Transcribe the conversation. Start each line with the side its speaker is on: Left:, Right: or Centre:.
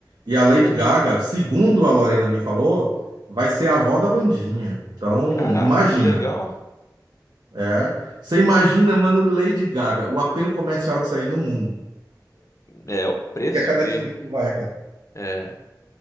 Right: E a Lady Gaga, segundo a Lorena me falou, vai ser a avó da Vandinha. Então,
Left: Caraca,
Right: imagina.
Left: que legal.
Right: É. Você imagina, mano, Lady Gaga, o apelo comercial disso aí no mundo.
Left: É o preço
Right: que é que a
Left: que
Right: Netflix não vai
Left: é.